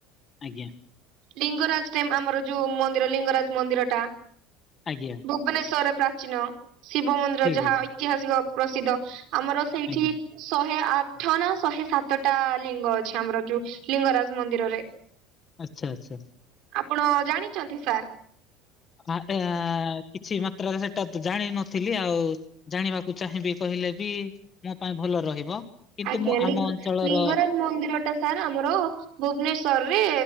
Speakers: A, on the left; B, on the right.
A: ଆଜ୍ଞା।
B: ଲିଙ୍ଗରାଜ ଟାଇମ୍ ଆମର ଯୋଉ ମନ୍ଦିର ଲିଙ୍ଗରାଜ ମନ୍ଦିରଟା।
A: ଆଜ୍ଞା।
B: ଭୁବନେଶ୍ୱରେ ପ୍ରାଚୀନ ଶିବ ମନ୍ଦିର
A: ଠିକ୍
B: ଯାହା
A: ଅଛି
B: ଐତିହାସିକ ପ୍ରସିଦ୍ଧ ଆମର ସେଇଠି।
A: ଆଜ୍ଞା
B: ଶହେ ଆଠ ନା ଶହେ ସାତଟା ଲିଙ୍ଗ ଅଛି ଆମର ଯୋଉ। ଲିଙ୍ଗରାଜ ମନ୍ଦିରରେ
A: ଆଚ୍ଛା ଆଚ୍ଛା
B: ଆପଣ ଜାଣିଚନ୍ତି ସାର୍?
A: ଫାଷ୍ଟ ଏରା କିଛି ମାତ୍ରାରେ ସେଟା ତ ଜାଣିିନଥିଲି ଆଉ। ଜାଣିବାକୁ ଚାହିଁବି କହିଲେ ବି ମୋ ପାଇଁ ଭଲ ରହିବ। କିନ୍ତୁ
B: ଆଜ୍ଞା
A: ମୁଁ
B: ଲିଙ୍ଗ
A: ଆମ ଅଞ୍ଚଳର
B: ଲିଙ୍ଗରାଜ ମନ୍ଦିର ଟା ସାର୍ ଆମର ଭୁବନେଶ୍ଵରରେ।